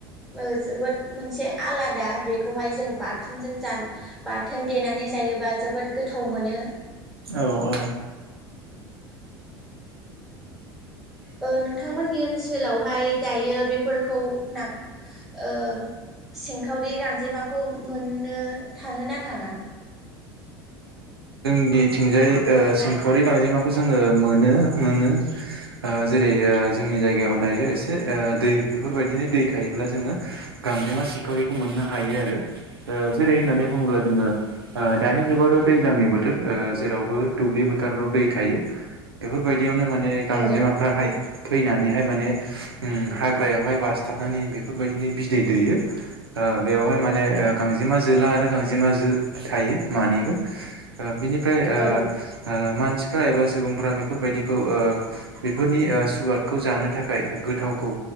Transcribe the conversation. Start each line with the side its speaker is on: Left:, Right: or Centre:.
Centre: ओ जोबोद मोनसे आलादा बेखौहाय जों बा थोन जों जान बाथोन देनानै जायोबा जोबोद गोथाव मोनो।
Right: औ औ
Centre: ओ नोंथांमोननि ओनसोलावहाय दायो बेफोरखौ ना ओ सिंखावरि गांजेमाखौ मोननो थाङो ना थाङा?
Right: निथिंजाय ओ सिंखावरि गांजेमाखौ जोङो मोनो मोनो ओ जेरै ओ जोंनि जायगायाव दायो एसे ओ दै बेफोरबायदिनो दै थायोब्ला जोङो गांजेमा सिंखावरिखौ मोननो हायो आरो जेरै होननानै बुङोब्ला जोङो दानि जुगावथ' दैज्लांनि बो थोर ओ जेरावबो दुब्लि फोथाराव दै थायो बेफोर बिदियावनो माने गांजेमाफ्राहाय
Centre: औ
Right: फैनानैहाय माने ओम हाग्रायावहाय बासथाबनानै बेफोरबायदिनो बिदै दैयो ओ बेवहाय माने ओ गांजेमा जोला आरो गांजेमा जो थायो मानैबो। ओ बिनिफ्राय ओ
Centre: औ
Right: ओ मानसि फ्रा एबा सुबुंफ्रा बेफोरबायदिखौ ओ बेफोरनि ओ सुवादखौ जानो थाखाय गोथावखौ